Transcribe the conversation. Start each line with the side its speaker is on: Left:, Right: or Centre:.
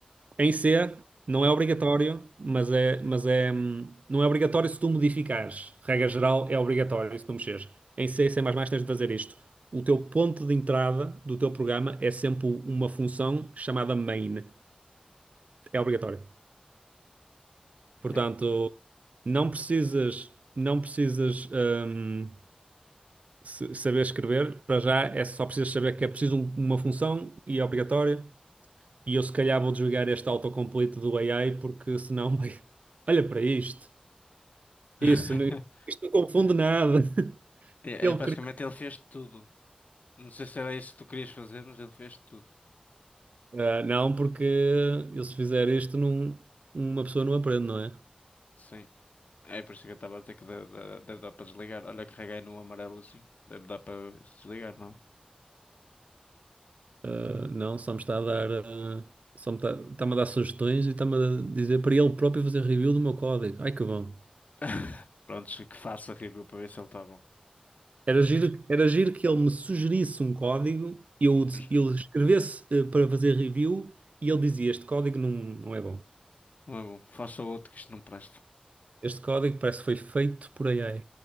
Right: em C, não é obrigatório, mas é, mas é, hum, não é obrigatório se tu modificares. Regra geral, é obrigatório se tu mexeres. Em C, e C++, tens de fazer isto. O teu ponto de entrada do teu programa é sempre uma função chamada main. É obrigatório. Portanto,
Left: Sim.
Right: não precisas, não precisas hum, se- saber escrever, para já é só precisas saber que é preciso um- uma função e é obrigatória. E eu se calhar vou desligar este autocomplete do AI porque senão, <laughs> vai- olha para isto.
Left: <laughs>
Right: Isso, não- isto não confunde nada. <laughs>
Left: É,
Right: Ele
Left: é, basicamente
Right: cria.
Left: ele fez tudo. Não sei se era isso que tu querias fazer, mas ele fez tudo.
Right: Ah, não, porque eu se fizer isto, não, uma pessoa não aprende, não é?
Left: Sim. É por isso que eu estava a dizer que deve, deve- deve dar para desligar. Olha, eu carreguei no amarelo assim. Deve dar para desligar, não?
Right: Ah, não, só me está a dar, ah, só me está, está-me a dar sugestões e está-me a dizer para ele próprio fazer review do meu código. Ai que bom.
Left: <laughs> Prontos, que faça review para ver se ele está bom.
Right: Era giro, era giro que ele me sugerisse um código, eu,
Left: Mas
Right: ele escrevesse eh, para fazer review e ele dizia: Este código não, não é bom.
Left: Não é bom. Faça outro que isto não presta.
Right: Este código parece que foi feito por AI.